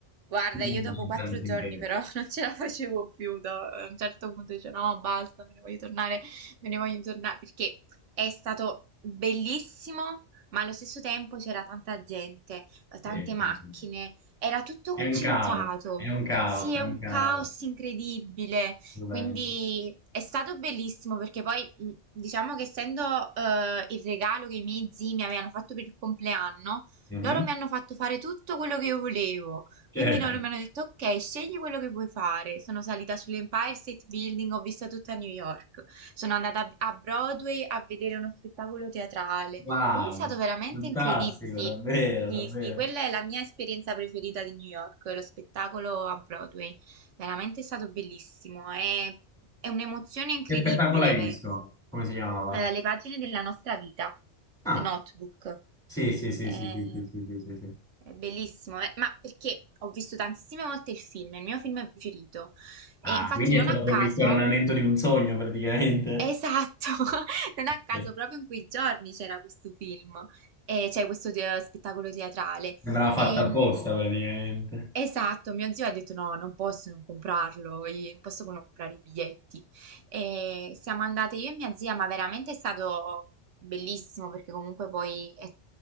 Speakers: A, on the right; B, in the centre.
A: Guarda,
B: Non
A: io dopo quattro
B: prendo sempre-
A: giorni però <laughs> non ce la facevo più, do- a un certo punto dice no, basta, me ne voglio tornare, me ne voglio tornare, perché è stato bellissimo, ma allo stesso tempo c'era tanta gente, eh, tante
B: sì,
A: macchine,
B: sì, sì.
A: era tutto
B: È
A: concentrato.
B: un caos, è un caos,
A: Sì,
B: è
A: è
B: un
A: un
B: caos.
A: caos incredibile,
B: Scusami.
A: quindi è stato bellissimo perché poi mh, diciamo che essendo eh, il regalo che i miei zii mi avevano fatto per il compleanno,
B: Mhm.
A: loro mi hanno fatto fare tutto quello che io volevo.
B: Certo.
A: Quindi loro mi hanno detto: Ok, scegli quello che vuoi fare. Sono salita sull'Empire State Building, ho visto tutta New York. Sono andata a Broadway a vedere uno spettacolo teatrale.
B: Wow,
A: Quindi è stato veramente
B: fantastico,
A: incredibile. Sì,
B: davvero,
A: sì,
B: davvero.
A: sì, quella è la mia esperienza preferita di New York, lo spettacolo a Broadway. Veramente è stato bellissimo, è, è un'emozione incredibile,
B: Che spettacolo hai
A: penso.
B: visto? Come si chiamava?
A: Eh, le pagine della nostra vita,
B: Ah,
A: The Notebook.
B: sì, sì, sì,
A: È,
B: sì, sì, sì, sì, sì, sì, sì.
A: è bellissimo, eh, ma perché ho visto tantissime volte il film, è il mio film preferito. E
B: Ah,
A: infatti
B: quindi è
A: non
B: stato
A: a caso,
B: proprio il coronamento di un sogno, praticamente.
A: esatto, <laughs> non a caso
B: Sì.
A: proprio in quei giorni c'era questo film, eh, cioè questo te- spettacolo teatrale.
B: Sembrava fatta
A: E,
B: apposta, praticamente.
A: Esatto, mio zio ha detto no, non posso non comprarlo, i- non posso non comprare i biglietti. E siamo andate io e mia zia, ma veramente è stato bellissimo perché comunque poi è